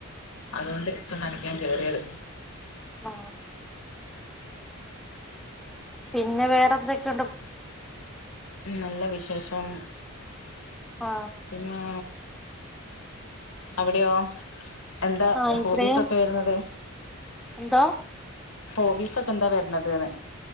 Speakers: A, on the left (about 85°); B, in the centre.
A: അതുകൊണ്ട് ഇപ്പൊ നനക്കാൻ കേറിയത്.
B: ആ പിന്നെ വേണം എന്തൊക്കെണ്ട്
A: ഉം നല്ല വിശേഷം.
B: ആ
A: പിന്നേ അവിടെയോ? എന്താ
B: ആ ഇവിടെയും
A: ഹോബീസ് ഒക്കെ വരുന്നത്?
B: എന്തോ
A: ഹോബീസ് ഒക്കെ എന്താ വര്ന്നത് ന്ന്